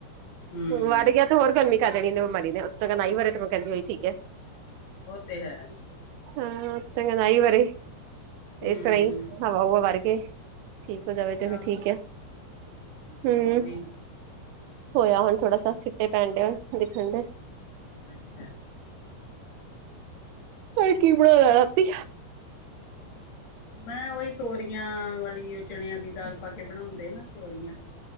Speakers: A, on the left (about 45°); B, on the right (about 75°).
A: ਹੂੰ
B: ਵਰ ਗਿਆ ਤੇ, ਹੋਰ ਗਰਮੀ ਕਰ ਦੇਣੀ। ਇਨੇ ਬਮਾਰੀ ਨੇ, ਉਤੋਂ ਚੰਗਾ ਨ ਵਰੇ, ਤੇ ਮੈਂ, ਕਹਿੰਦੀ ਉਹੀ ਠੀਕ ਹੈ।
A: ਓ, ਤੇ, ਹੈ।
B: ਹੂੰ, ਚੰਗਾ ਨਾਈ ਵਰੇ।
A: ਹੂੰ,
B: ਇਸ ਤਰਾਂ ਹੀ, ਹਵਾ-ਹੁਵਾ, ਵਰ ਜੇ। ਠੀਕ ਹੋ, ਜਾਵੇ ਤੇ,
A: ਆਹੋ
B: ਫੇਰ ਠੀਕ ਆ। ਹੂੰ,
A: ਉਹੀ
B: ਹੋਇਆ ਹੁਣ। ਥੋੜਾ ਸਾ, ਛਿੱਟੇ ਪੈਣ। ਡ ਦੇਖਣ ਡੇ।
A: ਅੱਛਾ।
B: ਹੋਰ, ਕੀ ਬਣਾਇਆ ਰਾਤੀ?
A: ਮੈਂ ਉਹੀ, ਤੋਰੀਆਂ ਵਾਲੀ, ਉਹ ਚਣਿਆਂ ਦੀ ਦਾਲ, ਪਾ ਕੇ ਬਣਾਉਂਦੇ ਨਾ ਤੋਰੀਆਂ।